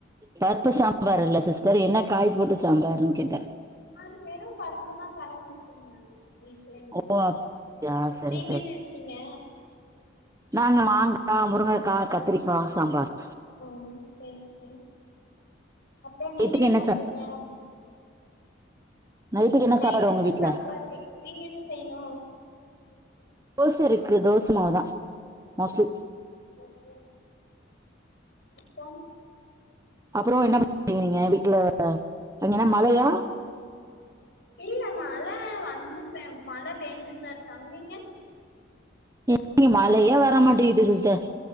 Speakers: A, on the right; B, on the left.
A: பருப்பு சாம்பார் இல்ல சிஸ்டர் என்ன காய் போட்டு சாம்பார்ன்னு கேட்ட
B: அது வெறு பருப்புதா கடஞ்சி வச்சிருந்தாங்க வீட்ல எங்கம்மா
A: ஓ அப்படியா சரி
B: நீங்க என்ன வச்சீங்க
A: நா மாங்கா முருங்கக்கா கத்திரிக்கா சாம்பார்
B: ம் சேரி சேரி அப்புறோ நீங்க
A: நைட்டுக்கு
B: என்ன பண்றீங்க
A: சாப்பாடு நைட்டுக்கு என்ன
B: நைட்டுக்கு
A: சாப்பாடு உங்க வீட்ல
B: சப்பாத்தி நீங்க என்ன செய்ணு
A: தோச இருக்கு தோச மாவு தா மோஸ்ட்லி
B: ஓகே அப்றம்
A: அப்புறோ என்ன பண்றீங்க நீங்க வீட்ல அங்க என்ன மழையா
B: இல்ல மழ வந்து பே மழ பேஞ்சுட்டுதா இருக்கு அங்கீங்க
A: எங்க மழையே வர மாட்டேங்குது சிஸ்டர்